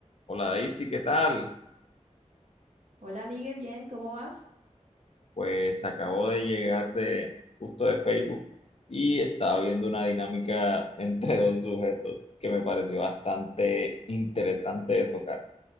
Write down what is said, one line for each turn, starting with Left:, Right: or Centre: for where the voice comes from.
Left: Hola Daisy, ¿qué tal?
Right: Hola, amigue, bien, ¿cómo vas?
Left: Pues acabo de llegar de justo de Facebook y estaba viendo una dinámica <laughs> entre dos sujetos que me pareció bastante interesante de tocar.